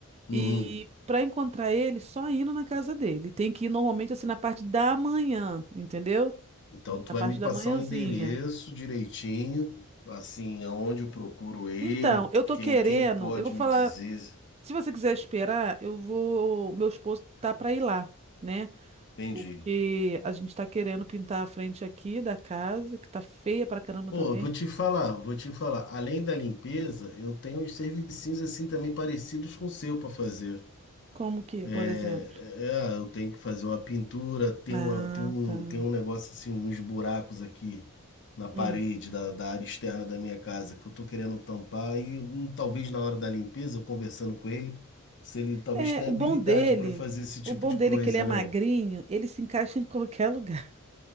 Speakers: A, on the left; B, on the right.
A: Uhum.
B: E para encontrar ele, só indo na casa dele. Tem que ir normalmente assim na parte da manhã, entendeu?
A: Então tu
B: Na
A: vai
B: parte
A: me passar
B: da manhãzinha.
A: o endereço direitinho, assim, aonde eu procuro ele,
B: Então, eu tô
A: quem,
B: querendo,
A: quem pode
B: eu vou falar,
A: me dizer.
B: se você quiser esperar, eu vou, meu esposo tá para ir lá, né?
A: Entendi.
B: Porque a gente tá querendo pintar a frente aqui da casa, que tá feia pra caramba
A: Pô,
B: também.
A: vou te falar, vou te falar. Além da limpeza, eu tenho uns serviços assim também parecidos com o seu pra fazer.
B: Como que, é,
A: É,
B: por exemplo?
A: é, ah, eu tenho que fazer uma pintura, tem
B: Ah,
A: uma, tem um,
B: tá.
A: tem um negócio assim, uns buracos aqui na parede
B: Hum.
A: da, da área externa da minha casa que eu tô querendo tampar e hum, talvez na hora da limpeza, eu conversando com ele, se ele talvez
B: É,
A: tenha
B: o
A: habilidade
B: bom dele,
A: para fazer esse tipo
B: o bom
A: de
B: dele
A: coisa,
B: é que ele é magrinho,
A: né?
B: ele se encaixa em qualquer lugar.